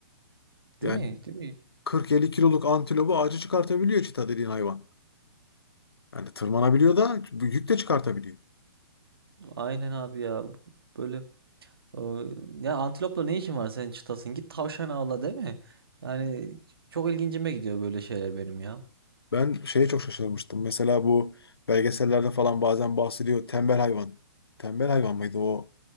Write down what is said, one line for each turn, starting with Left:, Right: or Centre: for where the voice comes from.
Left: Yani
Right: değil mi? Değil mi?
Left: 40-50 kiloluk antilopu ağacı çıkartabiliyor çita dediğin hayvan. Yani tırmanabiliyor da bu yük de çıkartabiliyor.
Right: Aynen abi ya. Böyle e, ya antilopla ne işin var senin çıtasın? Git tavşan avla değil mi? Yani çok ilgincime gidiyor böyle şeyler benim ya.
Left: Ben şeye çok şaşırmıştım. Mesela bu belgesellerde falan bazen bahsediyor. Tembel hayvan. Tembel hayvan mıydı o?